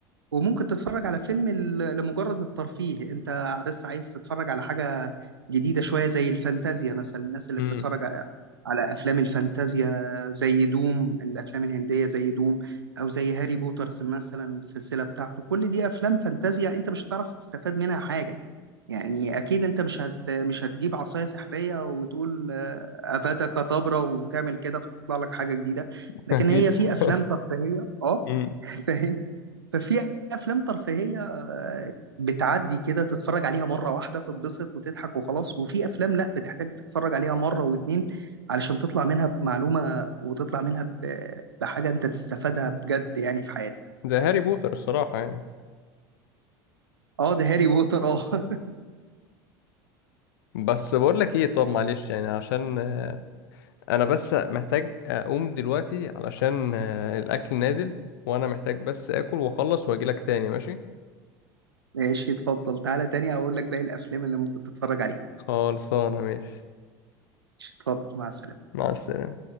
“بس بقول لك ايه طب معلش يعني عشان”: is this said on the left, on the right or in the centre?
Left